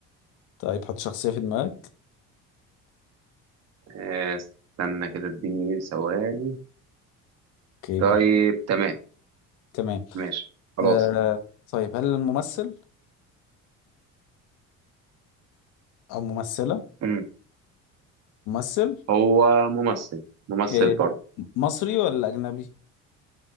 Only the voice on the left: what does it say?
طيب حط شخصية في دماغك
اوكي
براحتك
تمام
آه طيب هل الممثل او ممثلة
ممثل
اوكي
مصري ولا اجنبي